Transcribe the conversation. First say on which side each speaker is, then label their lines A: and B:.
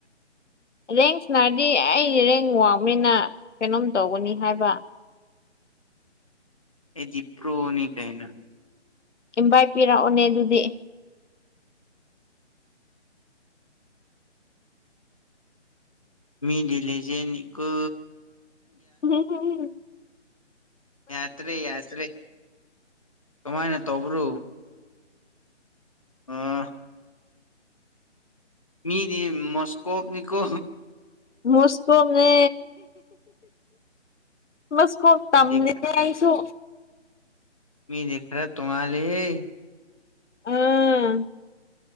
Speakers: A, on the left (about 70°); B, on the left (about 30°).
A: ꯔꯦꯡꯁꯅꯥꯔꯗꯤ ꯑꯩ ꯏꯔꯦꯡ ꯋꯥꯡꯅꯤꯅ ꯀꯩꯅꯣꯝ ꯇꯧꯒꯅꯤ ꯍꯥꯏꯕ
B: ꯑꯦ ꯖꯤꯄ꯭ꯔꯣꯅꯤ ꯀꯥꯏꯅ
A: ꯏꯝꯚꯏ ꯄꯤꯔꯛꯑꯣꯅꯦ ꯑꯗꯨꯗꯤ
B: ꯃꯤꯗꯤꯂꯁꯦꯅꯤꯀ
A: ꯎꯝꯝ
B: ꯌꯥꯗ꯭ꯔꯦ ꯌꯥꯗ꯭ꯔꯦ ꯀꯃꯥꯏꯅ ꯇꯧꯕ꯭ꯔꯣ ꯑꯥ ꯃꯤꯅꯤ ꯃꯣꯁꯀꯣꯞꯅꯤꯀꯣ
A: ꯃꯣꯁꯀꯣꯝꯅꯦ ꯃꯁꯀꯣ ꯇꯝꯃꯦꯁꯨ
B: ꯃꯤꯗꯤ ꯃꯤ ꯈꯔ ꯇꯣꯝ ꯂꯩ
A: ꯑꯥ